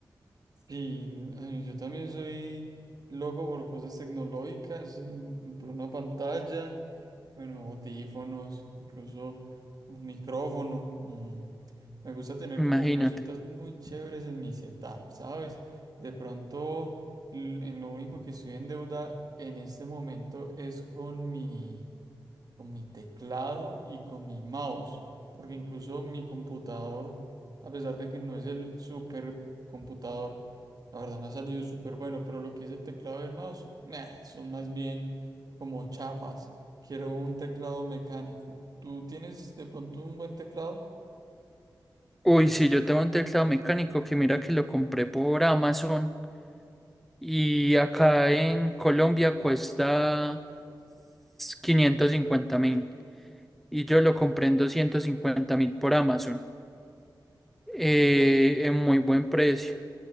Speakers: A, on the right (about 55°); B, in the centre.
A: Y eh, yo también soy loco por cosas tecnológicas. eh, Me compré una pantalla. bueno, audífonos, incluso un micrófono. mm, Me gusta tener
B: Imagínate.
A: como cositas muy chéveres en mi setup, ¿sabes? De pronto, l- en lo único que estoy en deuda en este momento es con mi con mi teclado y con mi mouse, porque incluso mi computador, a pesar de que no es el super computador, la verdad me ha salido súper bueno, pero lo que es el teclado y el mouse, meh, son más bien como chafas. Quiero un teclado mecánico. ¿Tú tienes de pronto un buen teclado?
B: Uy, sí, yo tengo un teclado mecánico que mira que lo compré por Amazon y acá en Colombia cuesta quinientos cincuenta mil y yo lo compré en doscientos cincuenta mil por Amazon. eh,
A: Súper,
B: en muy buen precio.